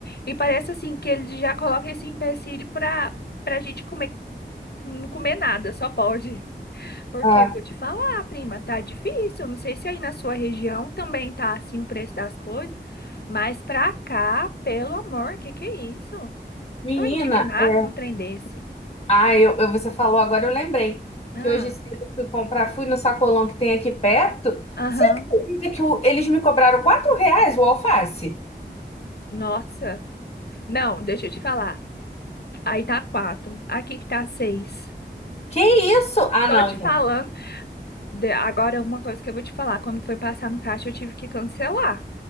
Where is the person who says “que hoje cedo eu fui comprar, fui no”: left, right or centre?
Left